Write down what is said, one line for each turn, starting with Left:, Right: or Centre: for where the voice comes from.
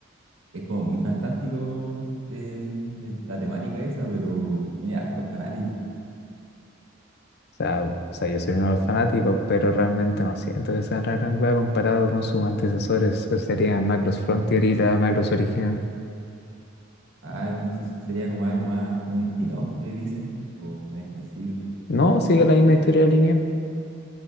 Right: es como muy fantástico el- el- la temática esa, pero tiene hartos fanáticos.
Left: O sea, o sea, yo soy uno de los fanáticos, pero realmente no siento que sea una gran wea comparado con sus antecesores, que serían Macros Frontier y la Macros original.
Right: Ah, entonces sería como algo más, como un spin-off que dicen, o un extensible.
Left: No, sigue la misma historia lineal.